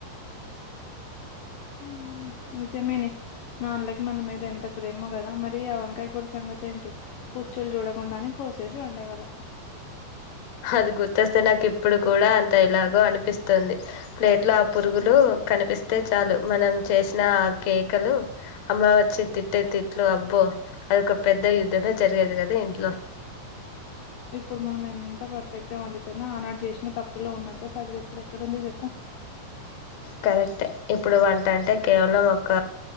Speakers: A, on the left; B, on the left.
A: ఊ నిజమేనే నాన్నలకి మన మీద ఎంత ప్రేమో కదా మరి ఆ వంకాయ కూర సంగతి ఏంటి పుచ్చులు చూడకుండానే కోసేసి వండేవాళ్ళం
B: అది గుర్తొస్తే నాకిప్పుడు కూడా అంత ఇలాగో అనిపిస్తుంది ప్లేట్లో ఆ పురుగులు కనిపిస్తే చాలు మనం చేసిన ఆ కేకలు అమ్మ వచ్చి తిట్టే తిట్లు అబ్బో అదొక పెద్ద యుద్ధమే జరిగేది కదా ఇంట్లో
A: ఇప్పుడు మనం ఎంత పర్ఫెక్ట్ గా వండితున్నా ఆనాడు చేసినా తప్పుల్లో ఉన్నంత సరద ఇప్పుడు ఎక్కడుంది చెప్పు
B: కరెక్ట్ ఇప్పుడు వన్ టంటే కేవలం ఒక